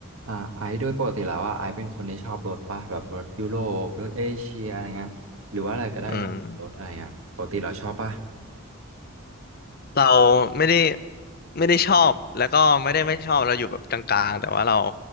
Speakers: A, on the right; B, on the left.
A: อ่าไอซ์โดยปกติแล้วอ่ะไอซ์เป็นคนที่ชอบรถป่ะแบบรถยุโรปรถเอเชียอะไรเงี้ยหรือว่าอะไรก็ได้แบบรถอะไรเงี้ยปกติเราชอบป่ะ
B: อืมเราไม่ได้ไม่ได้ชอบแล้วก็ไม่ได้ไม่ชอบเราอยู่แบบกลางๆแต่ว่าเรา